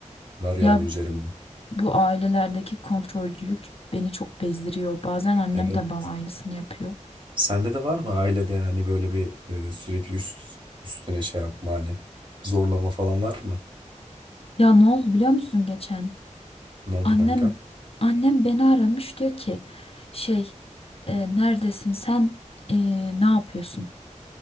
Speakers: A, on the right; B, on the left.
A: var yani
B: Ya
A: üzerimde.
B: bu ailelerdeki kontrolcülük beni çok bezdiriyor. Bazen annem
A: Evet.
B: de bana aynısını yapıyor.
A: Sende de var mı ailede hani böyle bir e, sürekli üst, üstüne şey yapma hani zorlama falan var mı?
B: Ya ne oldu biliyor musun geçen?
A: Ne oldu
B: Annem
A: kanka?
B: annem beni aramış diyor ki şey e, neredesin sen E, ne yapıyorsun?